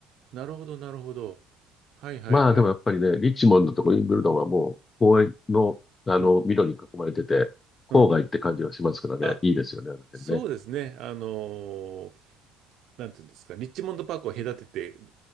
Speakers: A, on the right; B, on the left.
A: なるほど、なるほど。はいはいはい。
B: まあでもやっぱりね、リッチモンドとかウィンブルドンはもう公園の、あの、
A: うん、
B: 緑に囲まれてて、郊外って感じがしますからね、
A: うん。あ、
B: いいですよね、あの辺ね。
A: そうですね。あのーなんていうんですか、リッチモンドパークを隔てて